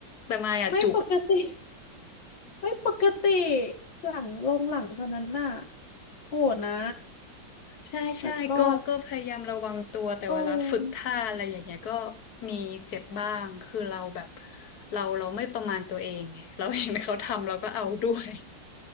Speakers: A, on the left (about 60°); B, on the left (about 80°).
A: แต่มายอะจุก
B: ไม่ปกติไม่ปกติหลังลงหลังเท่านั้นน่ะโหดนะ
A: ใช่ใช่ก็ก็พยายามระวังตัวแต่เวลาฝึกท่าอะไรอย่างเงี้ยก็
B: แล้วก็โอ้
A: มีเจ็บบ้างคือเราแบบเราเราไม่ประมาณตัวเองไงเราเห็นเขาทำเราก็เอาด้วย